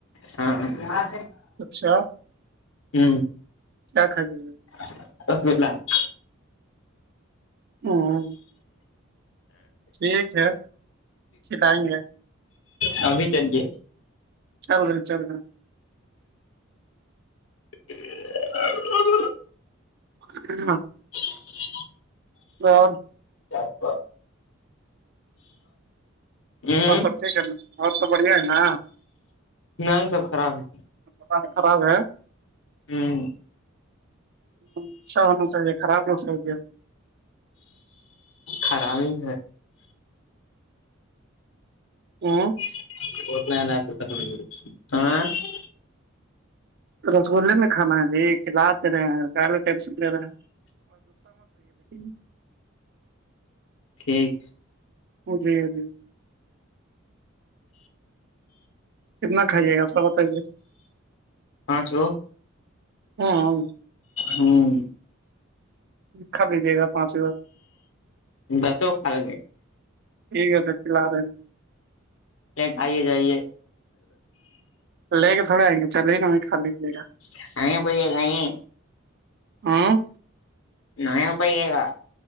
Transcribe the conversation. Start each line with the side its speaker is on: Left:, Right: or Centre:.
Left: ہاں ہاں
Right: اچھا
Left: ہوں
Right: کیا کھ جی
Left: <unintelligible>
Right: ہوں ٹھیک ہے کھلائیں گے
Left: ہم بھی چلیے
Right: چل رہ چل رہ
Left: <inaudible>
Right: <inaudible>
Left: <inaudible>
Right: اور
Left: <inaudible> ہ
Right: اور سب ٹھیک ہے نا اور سب بڑھیا ہے نا
Left: نہیں سب خراب ہے
Right: پال خراب ہے
Left: ہ
Right: اچھا ہونا چاہیے خراب ہو چاہیے
Left: خراب ہی ہے
Right: ہوں
Left: <unintelligible>
Right: رسگلے میں کھانا ہے جی کھلاتے رہے ہیں <unintelligible>
Left: ٹھیک
Right: جی جی کتنا کھائیے گا آ بتائیے
Left: پانچ گو
Right: ہاں
Left: ہمم
Right: کا لیجیے گا پانچ
Left: دسو کھا لو گے
Right: ٹھیک ہے سب کھلا دیں گے
Left: <unintelligible> کھائیے جائیے
Right: لے کے تھوڑے آئ گے چلیے گا خال لیجیے
Left: <unintelligible>
Right: ہمم
Left: نہیں ہو پائے گا